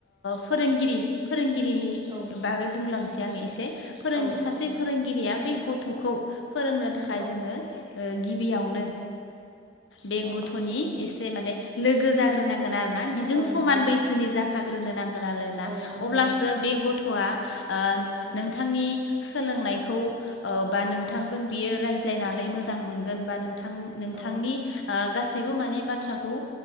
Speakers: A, on the left; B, on the right.
A: फोरोंगिरि फोरोंगिरि नि
B: औ
A: बागै बुंलांनोसै आङो एसे फोरों
B: औ
A: सासे
B: उम
A: फोरोंगिरिया बै गथ'खौ फोरोंनो थाखाय
B: औ
A: जोङो गिबियावनो बे
B: औ
A: गथ'नि एसे माने लोगो जाग्रोनांगोन आरो बिजों
B: औ
A: समान
B: नंगौ
A: बैसोनि
B: नोंथां
A: जाफाग्रोनो नांगोन आरोना
B: औ नंगौ
A: अब्लासो
B: नंगौ
A: बे गथ'आ नोंथांनि
B: औ
A: सोलोंनायखौ बा नोंथांजों
B: औ
A: बियो रायज्लायनानै मोजां मोनगोन बा नों नोंथांनि
B: औ
A: गासैबो माने बाथ्राखौ